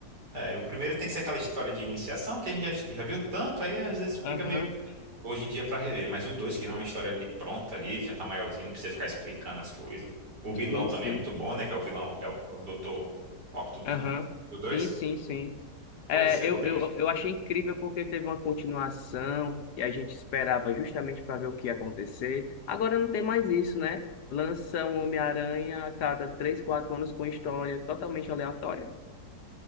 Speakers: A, on the right (about 85°); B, on the left (about 80°).
A: é, o primeiro tem que ser aquela história de iniciação que a gente já, já viu tanto, aí às vezes
B: Aham,
A: fica meio, hoje em dia, pra rever. Mas o dois, que já é uma história ali pronta ali, ele já tá maiorzinho, não precisa ficar explicando as coisas. O
B: Sim,
A: vilão também
B: sim.
A: é muito bom, né, que é o vilão, é o, é o Dr. Octopus,
B: Aham,
A: né? O dois,
B: Sim, sim, sim. É,
A: pô, excelente.
B: eu, eu, eu achei incrível porque teve uma continuação e a gente esperava justamente para ver o que ia acontecer. Agora não tem mais isso, né? Lança um Homem-Aranha a cada três, quatro anos com história totalmente aleatória.